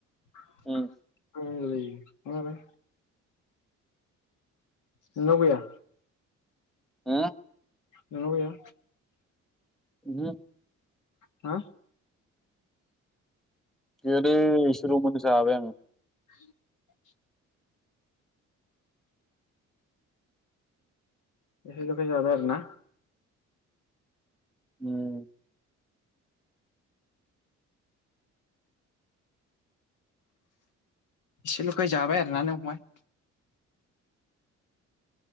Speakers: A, on the left; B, in the centre.
A: <inaudible>
B: उम,
A: <unintelligible> नोंनाव गैया
B: ओ
A: नोनाव गैया
B: <unintelligible>
A: हा
B: गैयादै एसेलमोन जाबाय आं।
A: <inaudible> एसेलखाय जाबाय आरो ना?
B: उम
A: एसेल'खाय जाबाय आरोना नों फंबाय।